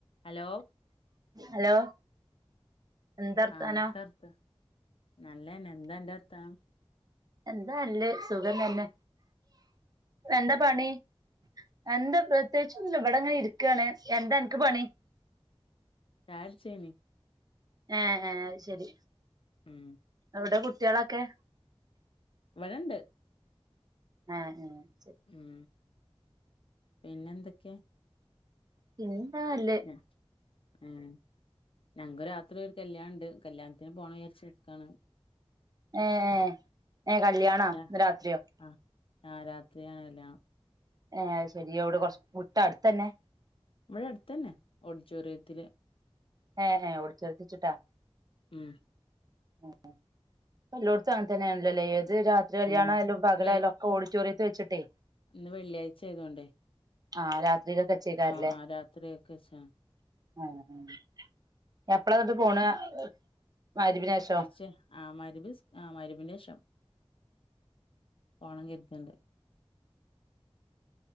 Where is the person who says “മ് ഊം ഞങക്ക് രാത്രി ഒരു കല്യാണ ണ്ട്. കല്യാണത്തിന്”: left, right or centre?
Left